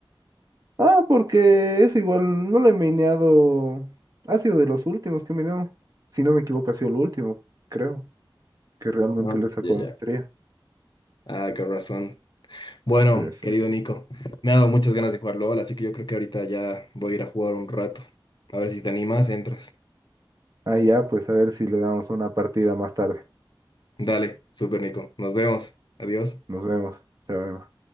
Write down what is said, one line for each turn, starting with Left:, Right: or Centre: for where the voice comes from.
Right: Ah, porque es igual, no lo he mineado. Ha sido de los últimos que mineo. Si no me equivoco, ha sido el último, creo. Que realmente
Left: Ah,
Right: le sacó
Left: ya, ya.
Right: maestría.
Left: Ah, qué razón. Bueno,
Right: Sí,
Left: querido
Right: sí.
Left: Nico, me ha dado muchas ganas de jugar LOL, así que yo creo que ahorita ya voy a ir a jugar un rato. A ver si te animas, entras.
Right: Ah, ya, pues a ver si le damos una partida más tarde.
Left: Dale, super Nico. Nos vemos. Adiós.
Right: Nos vemos. Chao.